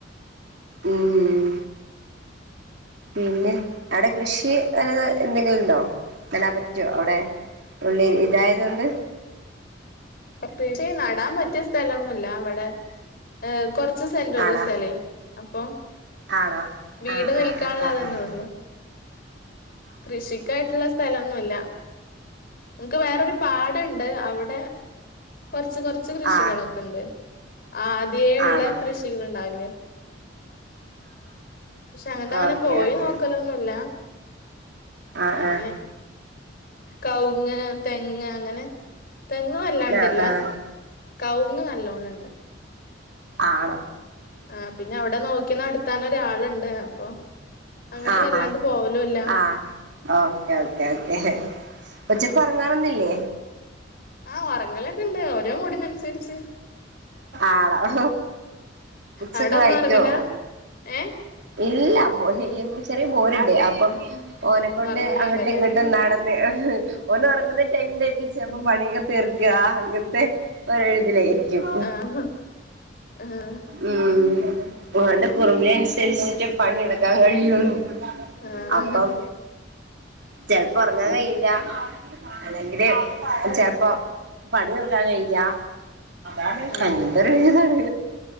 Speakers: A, on the right (about 65°); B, on the left (about 55°).
A: ഉം പിന്നെ അവ്ടെ കൃഷി വലത് എന്തെങ്കിലും ഉണ്ടോ നടാൻ പറ്റോ അവ്ടെ? ഉള്ളിൽ ഇതായതൊണ്ട്
B: കൃഷി നടാൻ പറ്റ്യ സ്ഥലൊന്നും ഇല്ല ഇവടെ ഹ് കൊർച്ച് സെന്റോള്ളൂ
A: ആണോ
B: സ്ഥലേ അപ്പൊ
A: ആണോ
B: വീട്ന്നിൽക്കാള്ളതന്നെ
A: ആഹ് ആഹ് ആഹ്
B: ഒള്ളു. കൃഷിക്കായിട്ടുള്ള സ്ഥലന്നുല്ല ഇൻക്ക് വേറൊരു പാടണ്ട് അവ്ടെ കൊർച്ച് കൊർച്ച് കൃഷികളൊക്കെണ്ട്
A: ആഹ്
B: ആദ്യള്ള
A: ആഹ് ആഹ്
B: കൃഷികൾണ്ടാവില്ലേ. ഷെ അങ്ങട്ട
A: ഓക്കെ
B: അങ്ങനെ പോയി
A: ഓക്കെ
B: നൊക്കലൊന്നുല്ല.
A: ഓക്കെ ആഹ്
B: അങ്ങനെ കൗങ്ങ് തെങ്ങ് അങ്ങനെ തെങ്ങ് വല്ലാണ്ടില്ല
A: ഓ ആഹ്
B: കൗുങ്ങ് നല്ലോണം ഉണ്ട്
A: ആണോ?
B: ആഹ് പിന്നെ അവ്ടെ നോക്കിനടത്താനൊര് അള്ണ്ട് അപ്പൊ അങ്ങട്ട്
A: ആഹ്
B: വല്ലാണ്ട് പോവലൂല്ല.
A: ആഹ് ആഹ് ഓക്കേ ഓക്കേ ഓക്കേ ഉച്ചക്കൊറങ്ങാറോന്നില്ലേ?
B: ആഹ് ഒറങ്ങലൊക്കെണ്ട് ഓരോ മൂടിനനുസരിച്ച്.
A: ആളോ ബുക്ക്സൊക്കെ
B: അവിടെന്നും
A: വായിക്കൊ?
B: ഒറങ്ങലാ ഏഹ്
A: ഇല്ല മോ ചെറിയെ ചെറിയ മോനുണ്ട് അപ്പം ഓനെക്കൊണ്ട്
B: ഒറങ്ങാൻ കഴിയില്ലല്ലേ?
A: അങ്ങട്ടും ഇങ്ങട്ടുംനടന്ന് ഓനൊറങ്ങുന്ന ടൈമിലായിര്ക്കും ചെൽപ്പോ
B: ഉം
A: പണികൾ തീർക്കാ അങ്ങൻത്തെ ഒര്ഴ്തിലായ്രിക്കും
B: ആഹ് ആഹ്
A: ഉം ഓന്റെ കുറുമ്പിനനുസരിച്ചിട്ടെ പണിെട്ക്കാൻ കഴിയൊള്ളു.
B: ആഹ്
A: അപ്പം ചെൽപ്പോ ഒർങ്ങാൻ
B: ഉം
A: കഴിയില്ല. അല്ലെങ്കില് ചെൽപ്പോ പണി തീർക്കാൻ കഴില്ലാ. അതാണ്
B: ആഹ്
A: അങ്ങൻത്തോരു ഇതാണ്